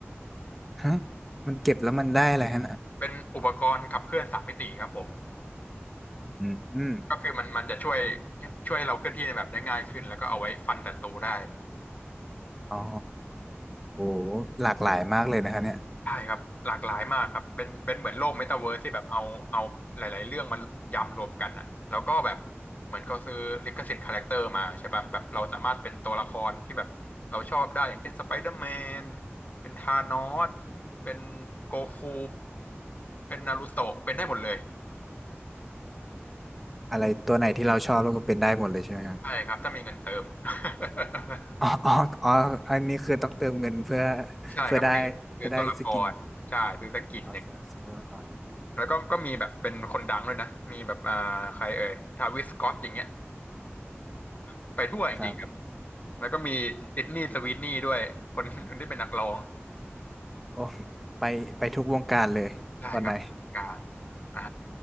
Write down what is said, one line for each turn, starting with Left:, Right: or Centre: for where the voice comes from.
Centre: ฮะมันเก็บแล้วมันได้อะไรฮะน่ะ
Left: เป็นอุปกรณ์ขับเคลื่อนสามมิติครับผม
Centre: อืมอม
Left: ก็คือมันมันจะช่วยช่วยให้เราเคลื่อนที่ในแบบได้ง่ายขึ้นแล้วก็เอาไว้ฟันศัตรูได้
Centre: อ๋อโอ้หลากหลายมากเลยนะคะเนี่ย
Left: ใช่ครับหลากหลายมากครับเป็นเป็นเหมือนโลกเมตาเวิร์สที่แบบเอาเอาหลายๆเรื่องมายำรวมกันอะแล้วก็แบบเหมือนเขาซื้อลิขสิทธิ์คาแรคเตอร์มาใช่ปะแบบเราสามารถเป็นตัวละครที่แบบเราชอบได้อย่างเช่นสไปเดอร์แมนเป็นธานอสเป็นโกคูเป็นนารูโตะเป็นได้หมดเลย
Centre: อะไรตัวไหนที่เราชอบแล้วก็เป็นได้หมดเลยใช่ไหมครับ
Left: ใช่ครับถ้ามีเงินเติม <laughs>
Centre: อ๋ออ๋ออ๋ออันนี้คือต้องเติมเงินเพื่อ
Left: ใช่ครับซื้อซื้อตัวละครใช่ซื้อสกินอย่างนี้
Centre: เพื่อได้เพื่อได้สกินอ๋อเสื้อเสื้อตัวละคร
Left: แล้วก็ก็มีแบบเป็นคนดังด้วยนะมีแบบอ่าใครเอ่ยทาวิสสก็อตอย่างเงี้ย <laughs> ไปทั่วจริงๆครับ
Centre: ครับ
Left: แล้วก็มีดิสนีย์สวีทนี่ด้วยคนคนที่เป็นนักร้อง
Centre: โอ้ไปไปทุกวงการเลยตอนไหน
Left: ใช่ครับเป็นคนกลางอ่า